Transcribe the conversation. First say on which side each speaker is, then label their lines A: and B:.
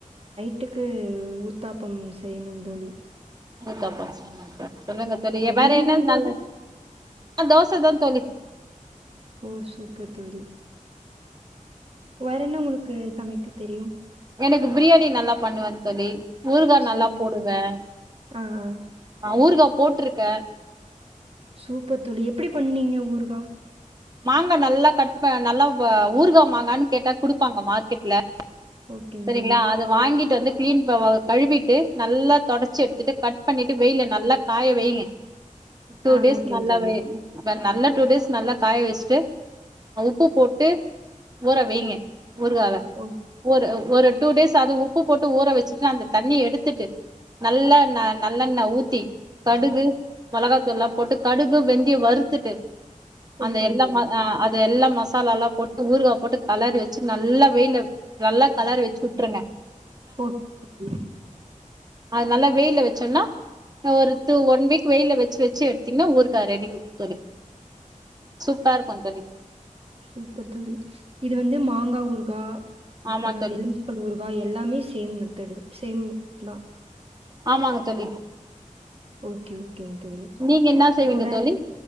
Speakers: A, on the right; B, on the right.
A: வீட்டுக்கு உத்தாப்பம் செய்யணும் தோழி
B: ஊத்தாப்பம் செய்னுங்களா சொல்லுங்க தோழி
A: ஆமா
B: வேற
A: நீங்கங்
B: என்னா
A: தோழி
B: நாலு தோச தா தோழி
A: ஓ சூப்பர் தோழி வேற என்ன உங்களுக்கு சமைக்க தெரியும்
B: எனக்கு பிரியாணி நல்லா பண்ணுவேன்னு தோழி ஊர்காய்
A: சூப்பர்
B: நல்லா போடுவேன்
A: தோழி ஆ ஆ
B: ஹ் ஊர்கா போட்டுருக்க
A: சூப்பர் தோழி எப்படி பண்ணீங்க ஊருர்கா
B: மாங்கா நல்லா கட் பண் நல்லா ஊருகா மாங்கான்னு கேட்டா குடுப்பாங்க மார்க்கெட்ல
A: ஓகேங்க
B: சரிங்களா
A: தோழி
B: அத வாங்கிட்டு வந்து கிளின் பவ கழுவிட்டு நல்லா தொடச்சி எடுத்துட்டு கட் பண்ணிட்டு வெய்ல நல்லா காய வையுங்க டூ
A: ஆ
B: டேஸ்
A: ஓகேங்க
B: நல்லா
A: தோழி
B: வெ நல்ல டூ டேஸ் நல்லக் காய வச்சுட்டு உப்பு போட்டு ஊற வைங்க ஊருகாவ
A: ஓ
B: ஊரு ஒரு டூ டேஸ் அது உப்பு போட்டு ஊற வச்சுட்டு அந்த தண்ணி எடுத்துட்டு நல்லண்ண நல்லண்ண ஊத்தி கடுகு மிளகாத்தூள்ல்லா போட்டு கடுகு வெந்தய வறுத்துட்டு
A: ஓகேங்க
B: அந்த எல்லாம
A: தோழி
B: அ அது எல்லா மசாலால போட்டு ஊருகா போட்டு கலரி வச்சு நல்லா வெயில நல்லா கலரி வச்சு உட்டுருங்க
A: ஓ <unintelligible>
B: அது நல்லா வெயில வச்சோனா ஒரு டூ ஒன் வீக் வெயில வச்சு வச்சு எடுத்தீங்னா ஊறுகா ரெடி தோழி சூப்பரா இருக்கு தோழி
A: சூப்பர் தோழி இது வந்து மாங்கா ஊறு கா
B: ஆமா
A: ஆஹ்
B: தோழி
A: எலுமிச்சபழ ஊறு வா எல்லாமே சேம் மெத்தடு சேம் தா
B: ஆமாங்க தோழி
A: ஓகே ஓகேங்க தோழி
B: நீங்க என்ன
A: அப்றோ
B: செய்வீங்க
A: வேற
B: தோழி